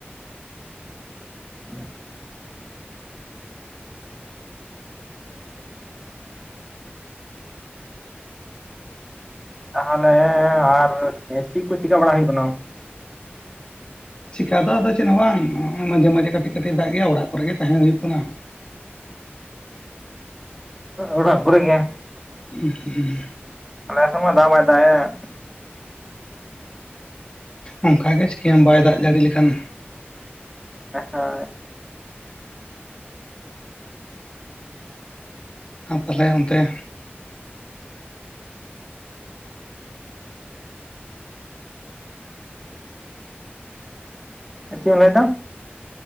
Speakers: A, in the centre; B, on the left (about 25°).
A: ᱦᱮᱸ᱾ ᱛᱟᱦᱚᱞᱮ, ᱟᱨ ᱪᱤᱫ ᱠᱚ ᱪᱮᱠᱟᱹ ᱵᱟᱲᱟ, ᱦᱳᱭᱳᱜ ᱠᱟᱱᱟ?
B: ᱪᱤᱠᱟ ᱫᱚ ᱟᱫᱚ ᱪᱮᱫ ᱦᱚᱸ ᱵᱟᱝ, ᱦᱚᱸᱜ-ᱚᱭ ᱢᱟᱡᱮ, ᱢᱟᱡᱮ ᱠᱟᱹᱴᱤᱡ ᱠᱟᱹᱴᱤᱡ-ᱮ ᱫᱟᱜᱮ-ᱟ, ᱚᱲᱟᱜ ᱠᱚᱨᱮ ᱜᱮ ᱛᱟᱦᱮᱸ ᱦᱳᱭᱳᱜ ᱠᱟᱱᱟ᱾
A: ᱚᱸ ᱟᱜᱲᱜ ᱠᱚᱨᱮ ᱜᱮ᱾
B: <unintelligible>
A: ᱟᱞᱮ ᱥᱮᱫ ᱢᱟ ᱫᱟᱜ ᱢᱟᱭ ᱫᱟᱜ ᱮᱜ᱾
B: ᱚᱱᱠᱟ ᱜᱮ ᱪᱤᱠᱟᱹᱭᱟᱢ ᱵᱟᱭ ᱫᱟᱜ ᱡᱟᱹᱲᱤ ᱞᱮᱠᱷᱟᱱ᱾
A: <unintelligible>
B: ᱟᱨ ᱛᱟᱦᱚᱞᱮ ᱚᱱᱛᱮ ᱨᱮ᱾
A: ᱦᱮ ᱪᱮᱫ ᱮᱢ ᱞᱟᱹᱭ ᱫᱟ?